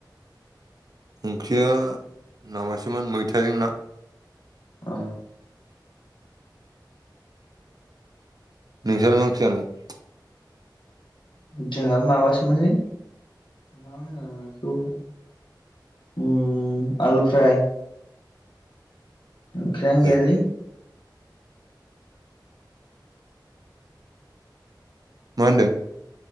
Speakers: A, on the right; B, on the left.
A: ओंख्रिया माबासोमोन मैथाजों ना
B: अ
A: नोंसिना मा ओंख्रि जाखो
B: जोंहाबो माबासोमोनलै मा होनो बेखौ ओ आलुफ्राय ओंख्रिआनो गैयालै
A: ए मा होनदों?